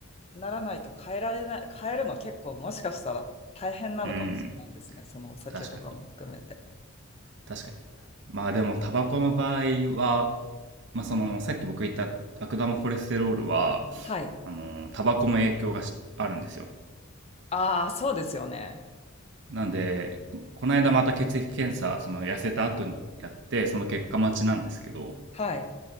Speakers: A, on the left; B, on the right.
A: ならないと変えられない、変えるの結構もしかしたら大変なのかもしれないですね。
B: うん、
A: そのお酒とかも含めて。
B: 確かに、確かに。まあでも、タバコの場合は、まあ、そのさっき僕言った悪玉コレステロールは
A: はい。
B: あのタバコも影響があるんですよ
A: ああ、そうですよね。
B: なんでこの間また血液検査その痩せた後にやってその結果待ちなんですけど
A: はい。